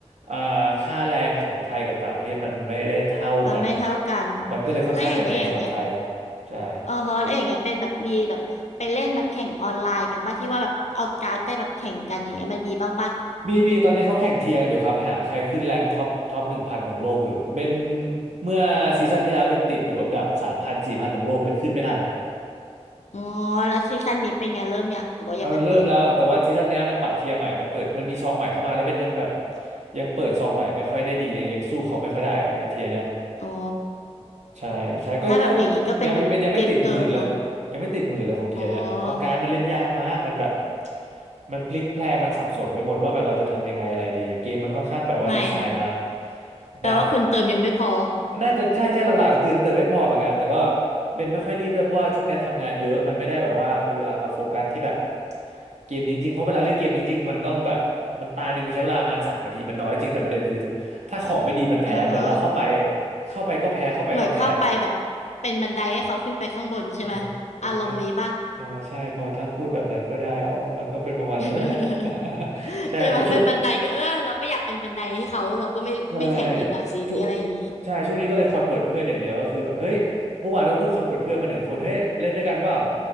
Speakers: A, on the right; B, on the left.
A: อ่าค่าแรงของไทยกับต่างประเทศมันไม่ได้เท่ากัน
B: มันไม่เท่ากัน
A: มันก็เลยค่อนข้างจะแพงสำหรับไทย
B: แล้วอย่างเงี้ยอย่างเงี้ย
A: ใช่
B: อ๋อฮะแล้วอย่างเงี้ยเป็นแบบมีแบบไปเล่นแบบแข่งออนไลน์กันป่ะที่ว่าแบบเอาการ์ดไปแบบแข่งกันอย่างเงี้ยมันมีบ้างป่ะ
A: มีมีตอนนี้เขาแข่งเทียร์กันอยู่ครับหาใครขึ้นแรงท็อปท็อปหนึ่งพันของโลกอยู่เป็นเมื่อซีซั่นที่แล้วเป็นติดอยู่อันดับสามพันสี่พันของโลกเป็นขึ้นไม่ทัน
B: อ๋อแล้วซีซั่นนี้เป็นไงเริ่มยังหรือว่ายังไม่เปิด
A: เออเริ่มแล้วแต่ว่าซีซั่นเนี้ยมันปรับเทียร์ใหม่มันเปิดมันมีซองใหม่เข้ามาแล้วเป็นยังแบบยังเปิดซองใหม่ไม่ค่อยได้ดียังยังสู้เขาไม่ค่อยได้ในเทียร์เนี้ย
B: อ๋อ
A: ใช่ใช่ก็ก็
B: ถ้าแบบอย่างนี้ก็เป็นแบบเกมเติมเนาะ
A: ยังยังเป็นยังไม่ติดหมื่นเลยยังไม่ติดหมื่นเลยของเทียนะเพราะการดมันเล่นยากมากมันแบบ
B: อ๋อ
A: มันพลิกแพลงมันสับสนไปหมดว่าแบบเราจะทำยังไงอะไรดีเกมมันค่อนข้างแบบว่าดีไซน์มา
B: ไม่อะแปลว่าคุณเติมยังไม่พอ
A: ยากอ่ะน่าจะใช่ใช่หลักๆก็คือยังเติมไม่พอเหมือนกันแต่ก็เบนไม่ค่อยรีบด้วยเพราะว่าช่วงเนี้ยทำงานเยอะมันไม่ได้แบบว่ามีเวลามาโฟกัสที่แบบเกมนี้จริงๆเพราะเวลาเล่นเกมนี้จริงมันต้องแบบมันตาหนึ่งมันใช้เวลาประมาณสามนาทีมันน้อยจริงแต่ประเด็นคือถ้าของไม่ดีมันแพ้เหมือนเราเข้าไป
B: อ่าฮะ
A: เข้าไปก็แพ้เข้าไปก็แพ้
B: เหมือนเข้าไปแบบเป็นบันไดให้เขาขึ้นไปข้างบนใช่ไหมอารมณ์นี้ปะ
A: เออเออด้วยเออใช่พอถ้าพูดแบบนั้นก็ได้อ๋อมันก็เป็นประมาณนั้นแหละ
B: <laughs>
A: <laughs> ใช่แต่ช่วง
B: ใช่ไหมเป็นบันไดก็เออเราไม่อยากเป็นบันไดให้เขาเราก็ไม่ไม่แข่งดีกว่าซีนี้อะไรอย่างนี้
A: ใช่ช่วงใช่ช่วงนี้ก็เลยคอนเวิร์ตเพื่อนอย่างเดียวก็คือแบบเฮ้ย เมื่อวานก็เพิ่งคอนเวิร์ตเพื่อนมาหนึ่งคนเฮ้ย เล่นด้วยกันเปล่า